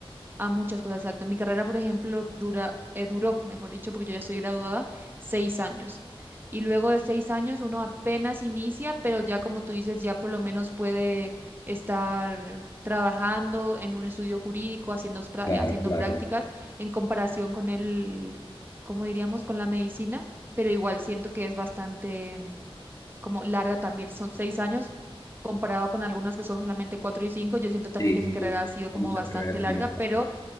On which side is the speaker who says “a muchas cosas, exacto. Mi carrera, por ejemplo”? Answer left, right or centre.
Right